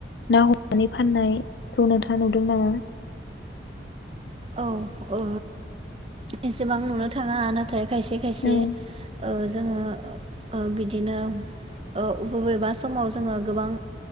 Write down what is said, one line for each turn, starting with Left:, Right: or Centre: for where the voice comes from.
Left: ना हमनानै फाननायखौ नोंथाङा नुदों नामा
Right: औ औ एसेबां नुनो थाङा नाथाय खायसे खायसे
Left: औ
Right: जोङो बिदिनो औ बबेबा समाव जोङो गोबां